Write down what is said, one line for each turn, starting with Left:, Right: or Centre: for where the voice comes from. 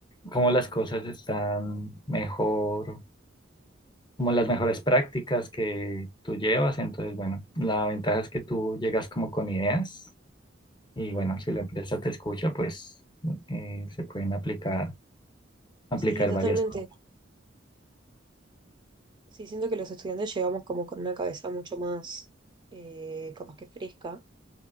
Left: cómo las cosas están mejor, como las mejores prácticas que tú llevas, entonces bueno, la ventaja es que tú llegas como con ideas y
Right: Ujú.
Left: bueno, si la empresa te escucha, pues eh, se pueden aplicar, aplicar
Right: Sí, totalmente.
Left: varias cosas.
Right: Sí, siento que los estudiantes llegamos como con una cabeza mucho más eh, capaz que fresca